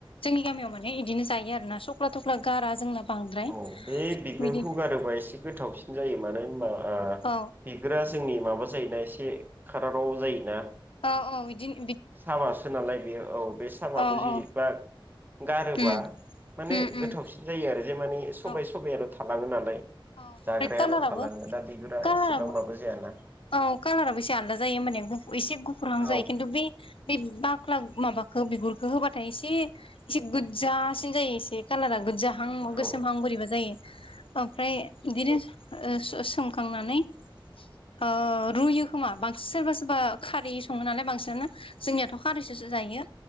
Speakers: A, on the left; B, on the right.
A: जोंनि गामियाव माने इदिनो जायो आरो ना सख्ला थख्ला गारा जोंना बांद्राय
B: औ बे बिगुरखौ
A: बिदि
B: गारोबा एसे गोथावसिन जायो मानो होनबा आ
A: औ
B: बिगुरा जोंनि माबा जायोना एसे खारावराव जायोना।
A: अ औ इदिनो।
B: साबासो नालाय बे औ बे साबाखौ
A: औ
B: जि
A: औ
B: फा गारोबा
A: उम
B: माने
A: उम उम
B: गोथावसिन जायो आरो जे माने सबाय
A: औ
B: सबायाल' थालाङो नालाय।
A: औ ओमफ्राय
B: जाग्रायाल'
A: कालाराबो
B: थालाङो दा बिगुरा
A: कालाराबो
B: एसेबां माबो जायाना।
A: औ कालाराबोसे आलदा जायो माने गु एसे गुफुरहां
B: औ
A: जायो खिन्थु बे बे बाख्ला माबाखौ बिगुर बेखौ होबाथाय एसे एसे गोजासिन जायो एसे कालारा गोजा हां
B: औ
A: गोसोमहां बोरैबा जायो। ओमफ्राय बिदिनो ओ स सोमखांनानै ओ रुयो खोमा बांसिन सोरबा सोरबा खारै सङो नालाय बांसिनानो। जोंनियाथ' खारैसोसो जायो